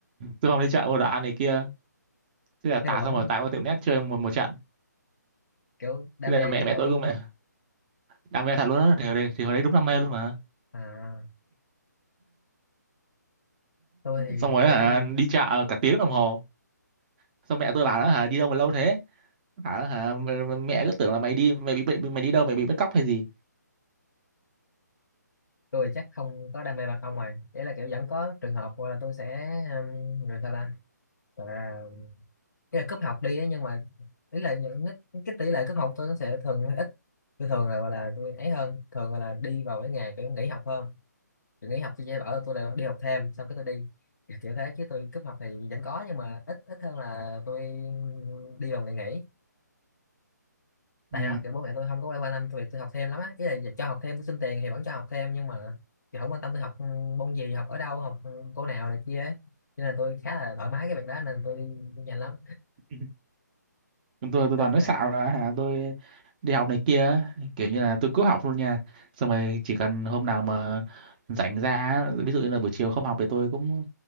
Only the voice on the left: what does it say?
thế mà vẫn
kiểu đam
mê
dữ vậy
ông
à, tôi thì
kiểu
tôi
tôi chắc không có đam mê bằng ông rồi đấy là kiểu vẫn có trường hợp gọi là tôi sẽ um, gọi sao ta gọi là ý là cúp học đi ấy, nhưng mà ý là những cái, cái tỷ lệ cúp học tôi nó sẽ thường hơi ít tôi thường là gọi là tôi ấy hơn thường gọi là đi vào cái ngày kiểu nghỉ học hơn tôi nghỉ học tôi về ở tôi lại đi học thêm xong cái tôi đi kiểu kiểu thế chứ tôi cúp học thì vẫn có nhưng mà ít ít hơn là tôi đi vào ngày nghỉ tại
đó kiểu bố mẹ tôi không có quay quan tâm tôi việc tôi học thêm lắm á ý là cho học thêm tôi xin tiền thì vẫn cho học thêm nhưng mà kiểu không quan tâm tôi học môn gì học ở đâu học cô nào này kia ấy cho nên là tôi khá là thoải mái cái việc đó nên tôi đi nhanh lắm
tôi
toàn